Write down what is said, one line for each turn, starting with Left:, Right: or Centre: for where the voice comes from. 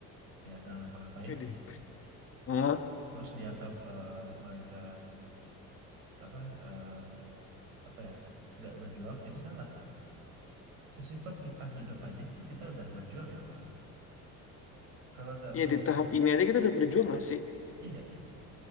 Right: kayak nggak ngapa-ngapain,
Left: Jadi, ah,
Right: terus dianggap eh, mereka apa eh, apa ya? nggak berjuang, itu salah. Sesimpel kita hidup aja itu kita udah berjuang gitu loh Kalau nggak
Left: iya
Right: mau,
Left: di tahap ini aja kita udah berjuang nggak sih?
Right: iya,